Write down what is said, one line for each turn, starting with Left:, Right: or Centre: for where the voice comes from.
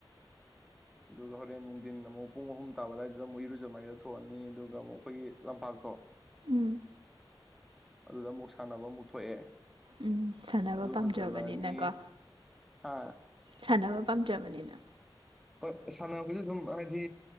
Centre: ꯑꯗꯨꯒ ꯍꯣꯔꯦꯟ ꯅꯨꯡꯗꯤꯟ ꯑꯃꯨꯛ ꯄꯨꯡ ꯑꯍꯨꯝ ꯇꯥꯕ ꯑꯗꯨꯋꯥꯏꯗꯨꯗ ꯑꯃꯨꯛ ꯏꯔꯨꯖꯃꯥꯏꯗ ꯊꯣꯛꯑꯅꯤ ꯑꯗꯨꯒ ꯑꯃꯨꯛ ꯑꯩꯈꯣꯏꯒꯤ ꯂꯝꯄꯥꯛꯇꯣ
Right: ꯎꯝ
Centre: ꯑꯗꯨꯗ ꯑꯃꯨꯛ ꯁꯥꯟꯅꯕ ꯑꯃꯨꯛ ꯊꯣꯛꯑꯦ
Right: ꯎꯝ ꯁꯥꯟꯅꯕ
Centre: ꯑꯗꯨ
Right: ꯄꯥꯝꯖꯕꯅꯤꯅꯀꯣ
Centre: ꯍꯟꯖꯜꯂꯛꯑꯅꯤ ꯍꯥ
Right: ꯁꯥꯟꯅꯕ ꯄꯥꯝꯖꯕꯅꯤꯅ
Centre: ꯍ ꯁꯥꯟꯅꯕꯖꯤ ꯑꯗꯨꯝ ꯍꯥꯏꯗꯤ